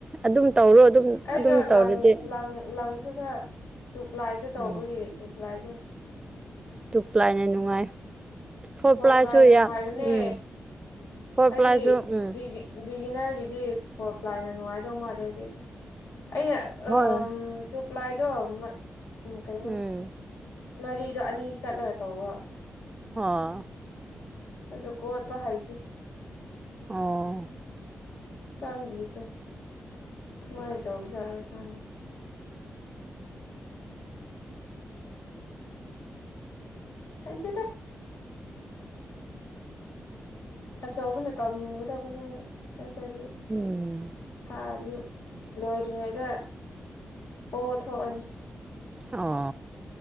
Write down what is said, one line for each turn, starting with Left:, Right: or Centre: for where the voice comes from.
Right: ꯑꯗꯨꯝ ꯇꯧꯔꯣ ꯑꯗꯨꯝ
Left: ꯑꯩꯗꯣ
Right: ꯑꯗꯨꯝ ꯇꯧꯔꯗꯤ
Left: ꯂꯪ ꯂꯪ ꯂꯪꯁꯨ ꯈꯔ ꯇꯨ ꯄ꯭ꯂꯥꯏꯗ ꯇꯧꯕꯒꯤ
Right: ꯎꯝ
Left: ꯇꯨ ꯄ꯭ꯂꯥꯏꯗꯣ
Right: ꯇꯨ ꯄ꯭ꯂꯥꯏꯅ ꯅꯨꯡꯉꯥꯏ ꯐꯣꯔ ꯄ꯭ꯂꯥꯏꯁꯨ
Left: ꯄ꯭ꯂꯥꯏꯅ ꯅꯨꯡꯉꯥꯏꯒꯅꯤ
Right: ꯌꯥꯝ ꯎꯝ ꯐꯣꯔ
Left: ꯍꯥꯏꯗꯤ
Right: ꯄ꯭ꯂꯥꯏꯁꯨ ꯎꯝ
Left: ꯕꯤꯒꯤ ꯕꯤꯒꯤꯅꯔꯒꯤꯗꯤ ꯐꯣꯔ ꯄ꯭ꯂꯥꯏꯅ ꯅꯨꯡꯉꯥꯏꯗꯧ ꯃꯥꯜꯂꯦ ꯍꯥꯏꯗꯤ ꯑꯩꯅ
Right: ꯍꯣꯏ
Left: ꯑꯝ ꯇ꯭ꯋꯨ ꯄ꯭ꯂꯥꯏꯗꯣ ꯎꯝ ꯀꯩꯩꯅꯣ
Right: ꯎꯝ
Left: ꯃꯔꯤꯗꯣ ꯑꯅꯤ ꯆꯠꯂꯒ ꯇꯧꯕ
Right: ꯑꯣ
Left: ꯑꯗꯨ ꯀꯣꯠꯄ ꯍꯩꯗꯦ
Right: ꯑꯣ
Left: ꯆꯪꯗ꯭ꯔꯤꯗ ꯀꯃꯥꯏ ꯇꯧꯕꯖꯥꯠꯔꯣ ꯈꯪꯗꯦ ꯍꯩꯇꯦꯗ ꯑꯆꯧꯕꯅ ꯇꯝꯒꯗꯕꯅꯤ ꯑꯩ ꯅꯠꯇ꯭ꯔꯗꯤ
Right: ꯎꯝ
Left: ꯑ ꯑꯗꯨꯝ ꯂꯣꯏꯗ꯭ꯔꯤꯉꯩꯗ ꯑꯣ ꯊꯣꯛꯑꯅꯤ
Right: ꯑꯣ